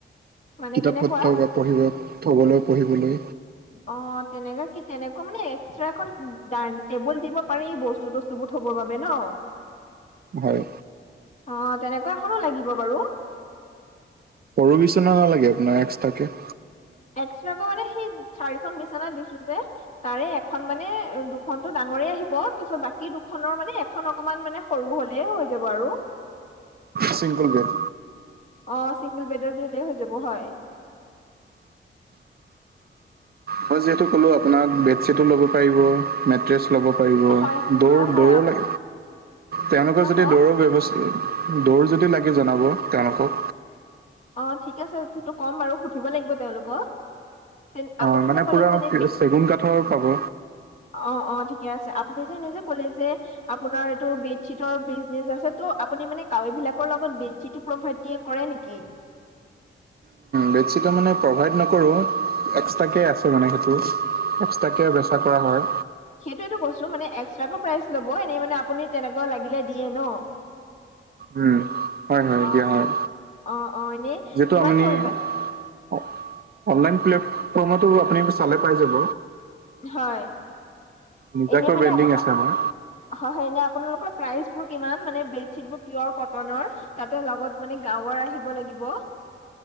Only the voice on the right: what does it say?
কিতাপ
পত্ৰ <unintelligible> পঢ়িব থ'বলৈ পঢ়িবলৈ।
হয়।
সৰু বিচনা নালাগে আপোনাৰ এক্সট্ৰাকে?
Single bed.
মই যিহেতু কলো আপোনাক বেডশ্বীটো ল'ব পাৰিব মেট্ৰেছ ল'ব পাৰিব
দৌৰ-
দৌৰ
লাই তেওঁলোকৰ যদি
দৌৰো ব্যৱস্থ দৌৰ যদি লাগে জনাব তেওঁলোকক।
হয় মানে
পুৰা
চেগুন কাঠৰ পাব।
বেডশ্বিটা মানে প্ৰভাইড নকৰোঁ এক্সট্ৰাকে আছে মানে সেইটো পাঁচটা। কিয় বেচা কৰা হয়?
উম, হয় -হয়
দিয়া
হয়
যিহেতু
আমনি
অ, অনলাইন প্লেটফৰ্মতো আপুনি চালে পাই যাব।
নিজাকৈ
ব্ৰেণ্ডিং
আছে আমাৰ